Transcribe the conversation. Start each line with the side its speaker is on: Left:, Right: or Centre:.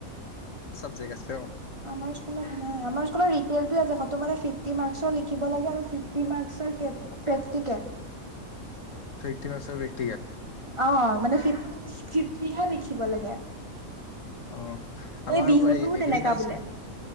Left: চাবজেক্ট আছে অ'।
Right: আমাৰ স্কুলত নাই, আমাৰ স্কুলত <unintelligible> সেইটো মানে ফিফটি মাৰ্ক্সৰ লিখিব লাগে আৰু ফিফটি ফিফটি মাৰ্ক্সৰ কে প্ৰেক্টিকেল।
Left: ফিফটি মাৰ্ক্সৰ প্ৰেক্টিকেল।
Right: অ', মানে ফিফ ফিফটি হে লিখিব লাগে।
Left: অ', আমাৰ
Right: এই বিহুটোও
Left: আকৌ এ
Right: তেনেকা
Left: এগ্ৰিকালচাৰ।
Right: বোলে